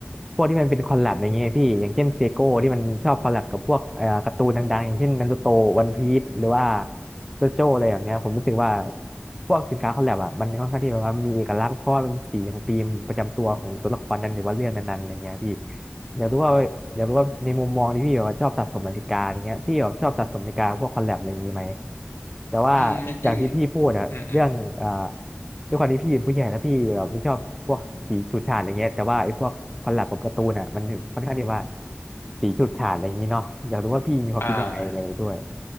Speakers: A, in the centre; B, on the left.
A: พวกที่มันเป็นคอลแลบอย่างเงี้ยพี่อย่างเช่นเซโก้ที่มันชอบคอลแลบกับพวกเอ่อการ์ตูนดังๆอย่างเช่นนารูโตวันพีซหรือว่าโจโจ้อะไรแบบเนี้ยผมรู้สึกว่าพวกสินค้าคอลแลบอะมันค่อนข้างที่แบบว่ามีเอกลักษณ์เพราะว่ามันสีของธีมประจำตัวของตัวละครนั้นหรือว่าเรื่องนั้นๆอะไรเงี้ยพี่ อยากรู้ว่าอยากรู้ว่าในมุมมองที่พี่แบบว่าชอบสะสมนาฬิกาอย่างเงี้ยพี่แบบชอบสะสมนาฬิกาพวกคอลแลบอะไรอย่างงี้ไหมแต่ว่าอย่างที่พี่พูดอะเรื่องอ่า
B: อืมจริงๆอืม อืม
A: ด้วยความที่พี่เป็นผู้ใหญ่แล้วพี่แบบไม่ชอบพวกสีฉูดฉาดอะไรเงี้ยแต่ว่าไอ้พวกคอลแลบกับการ์ตูนอะมันค่อนข้างที่ว่าสีฉูดฉาดอะไรอย่างงี้เนาะอยากรู้ว่าพี่มีความคิดยังไงอะไรด้วย
B: อ่า